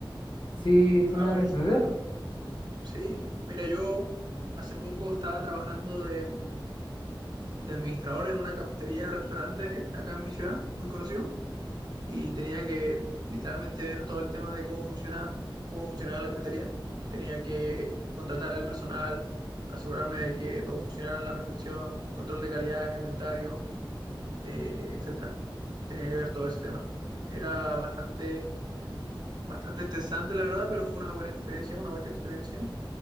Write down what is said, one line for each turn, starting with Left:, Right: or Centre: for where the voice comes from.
Left: Sí,
Right: Ah,
Left: sí me
Right: buenísima,
Left: van a entender.
Right: ¿no? Sí, mira, yo hace poco estaba trabajando de, de administrador en una cafetería, restaurante acá en mi ciudad, muy conocido, y tenía que literalmente ver todo el tema de cómo funciona, cómo funcionaba la cafetería. Tenía que contratar al personal, asegurarme de que todo funcionara a la perfección, control de calidad, inventario, eh, etcétera. Tenía que ver todo ese tema. Era bastante, bastante estresante, la verdad, pero fue una buena experiencia, una buena experiencia.